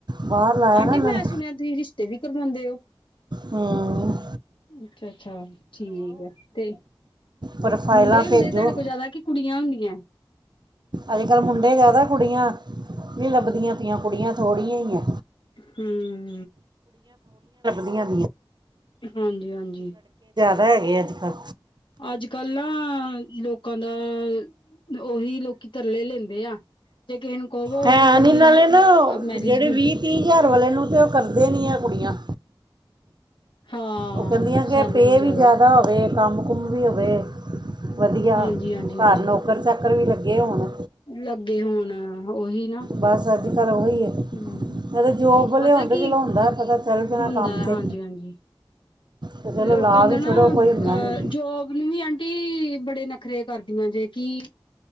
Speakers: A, on the right; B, on the left.
A: ਬਾਹਰ ਲਾਇਆ
B: ਆਂਟੀ
A: ਨਾ ਇਹਨਾਂ
B: ਮੈਂ
A: ਨੇ
B: ਸੁਣਿਆ ਤੁਸੀਂ ਰਿਸ਼ਤੇ ਵੀ ਕਰਦੇ ਉਹ
A: ਹਮ
B: ਅੱਛਾ ਅੱਛਾ ਠੀਕ ਆ ਤੇ
A: ਪ੍ਰੋਫਾਈਲਾਂ
B: ਮੁੰਡੇ ਹੁੰਦੇ
A: ਭੇਜੋ
B: ਤੁਹਾਡੇ ਕੋਲ ਜਿਆਦਾ ਕਿ ਕੁੜੀਆਂ ਹੁੰਦੀਆਂ
A: ਅਜ ਕਲ ਮੁੰ ਮੁੰਡੇ ਜ਼ਿਆਦਾ ਕੁੜੀਆਂ ਨਹੀਂ ਲੱਭਦੀਆਂ ਪਿਆ ਕੁੜੀਆਂ ਥੜ੍ਹੀਆਂ ਹੀ ਏ
B: ਹਮ
A: ਨਵੀਆਂ
B: ਹਾਂਜੀ ਹਾਂਜੀ
A: ਘਰੇ ਹੈ ਅਜ ਕਲ
B: ਅੱਜ ਕੱਲ ਨਾ ਲੋਕਾਂ ਦਾ ਉਹੀ ਲੋਕੀ ਤਰਲੇ ਲੈਂਦੇ ਆ ਜੇ ਕਿਸੇ ਨੂੰ ਕਵੋ
A: ਹੈ
B: ਕਿ ਕੋਈ
A: ਨੀ ਨਾਲੇ ਨਾ
B: ਮੈਰਿਜ
A: ਜਿਹੜੇ
B: ਵੀ
A: ਵੀਹ ਤੀਹ ਹਾਰ ਘਰ ਵਾਲੇ ਨੂੰ ਤਾਂ ਉਹ ਕਰਦੇ ਨਹੀਂ ਹੈ ਕੁੜੀਆਂ-
B: ਹਾਂ,
A: ਉਹ ਕਹਿੰਦੀਆਂ
B: ਸੈਲਰੀ
A: ਕਿ ਪੇ
B: ਜ਼ਿਆਦਾ
A: ਵੀ ਜਿਆਦਾ ਹੋਵੇ। ਕੰਮ ਕੁਮ ਵੀ ਹੋਵੇ ਵਧੀਆ।
B: ਹਾਂਜੀ-ਹਾਂਜੀ-ਹਾਂਜੀ,
A: ਘਰ ਨੌਕਰ ਚਾਕਰ ਚਾਕਰ ਵੀ ਲੱਗੇ ਹੋਣ
B: ਲੱਗੇ ਹੋੁਣ ਉਹੀ ਨਾ।
A: ਬਸ ਅੱਜ ਕੱਲ ਉਹੀ ਹੈ ਨਹੀਂ
B: ਹਮ
A: ਤਾਂ ਜੋਬ ਵਾਲੇ
B: ਪਤਾ
A: ਹੁੰਦੇ
B: ਕੀ
A: ਚਲੋ ਹੁੰਦਾ ਹੈ ਪਤਾ ਚੱਲ ਜਾਣਾ
B: ਹੁੰਦਾ
A: ਕੰਮ
B: ਹੈ।
A: ਤੇ
B: ਹਾਂਜੀ-ਹਾਂਜੀ।
A: ਤੇ ਚਲੋ
B: ਲੋਕਾਂ
A: ਲਾ
B: ਦਾ
A: ਵੀ
B: ਨਾ
A: ਛੜੋ ਕੋਈ
B: ਅਹ
A: ਹੁੰਦਾ ਨਹੀਂ
B: ਜੋਬ ਨੂੰ ਵੀ ਆਂਟੀ ਬੜੇ ਨਖਰੇ ਕਰਦੀਆਂ ਜੇ ਕਿ